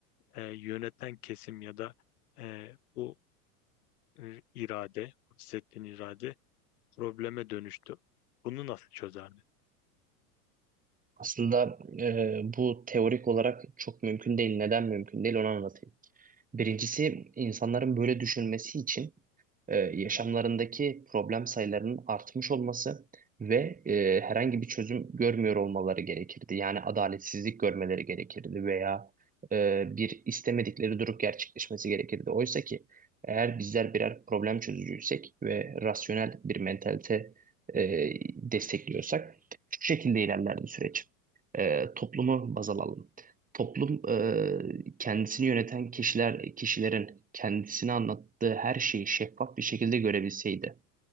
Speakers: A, on the left (about 75°); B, on the right (about 20°).
A: e, yöneten kesim ya da e, bu e, irade, bahsettiğin irade probleme dönüştü. Bunu nasıl çözerdi?
B: Aslında e, bu teorik olarak çok mümkün değil. Neden mümkün değil onu anlatayım. Birincisi insanların böyle düşünmesi için e, yaşamlarındaki problem sayılarının artmış olması ve e, herhangi bir çözüm görmüyor olmaları gerekirdi. Yani adaletsizlik görmeleri gerekirdi veya e, bir istemedikleri durum gerçekleşmesi gerekirdi. Oysa ki eğer bizler birer problem çözücüysek ve rasyonel bir mentalite e, destekliyorsak şu şekilde ilerlerdi süreç. E, toplumu baz alalım. Toplum e, kendisini yöneten kişiler kişilerin kendisine anlattığı her şeyi şeffaf bir şekilde görebilseydi.